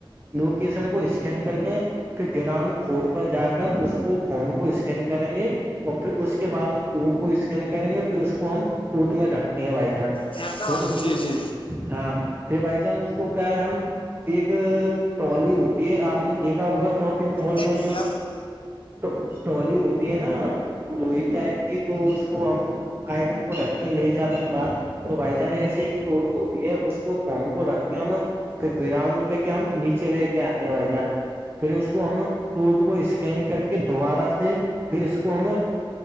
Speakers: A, on the right; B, on the left.
A: نوکشن کو اسکین کر کے پھر گراؤنڈ فلور پر جا کر اس کو فون کو اسکین کریں گے اور پھر اس کے بعد میں ٹٹ کو اسکین کریں گے پھر اس کو ہم ٹوٹ میں رکھتے ہیں بھائی جان
B: جی
A: پھر اس کو
B: جی جی
A: ہاں پھر بھائی جان اس کو کیا ہے ہم ایک ٹوال ہوتی ہے آپ نے دیکھا ہوگا شاپنگ مال
B: جی
A: میں
B: جی
A: جو اسٹال ہوتی ہے نا لوی ٹائپ کی تو اس کو ہم آئٹم کو رکھے لے جاتے ہیں باہر تو بائی جان ایسی ایک چوٹ ہوتی ہے اس کو فون کو رکھ کے ہم پھر گراؤنڈ پہ کہ ہم نیچے لے کے آتے ہیں بھائی جان پھر اس کو ہم ٹوٹ کو اسکین کر کے دوبارہ سے پھر اس کو ہم ا